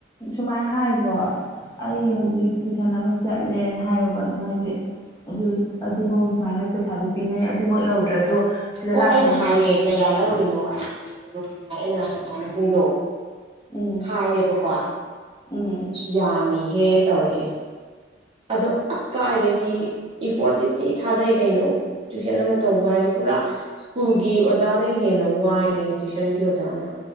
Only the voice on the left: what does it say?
ꯁꯨꯃꯥꯏꯅ ꯍꯥꯏꯀꯣ ꯑꯩ ꯍꯧꯖꯤꯛ ꯇꯨꯏꯁꯟ ꯑꯃ ꯆꯠꯂꯦꯅ ꯍꯥꯏꯌꯦꯕ ꯑꯗꯨꯝ ꯍꯥꯏꯗꯤ ꯑꯗꯨ ꯑꯗꯨꯐꯧ ꯁꯨꯃꯥꯏꯅ ꯄꯩꯁꯥꯗꯨ ꯄꯤꯅꯩ ꯑꯗꯨꯃꯛ ꯌꯧꯗ꯭ꯔꯁꯨ ꯁꯤꯗ
ꯂꯥꯛꯇꯣꯏꯅ
ꯅꯪ
ꯎꯝ
ꯎꯝ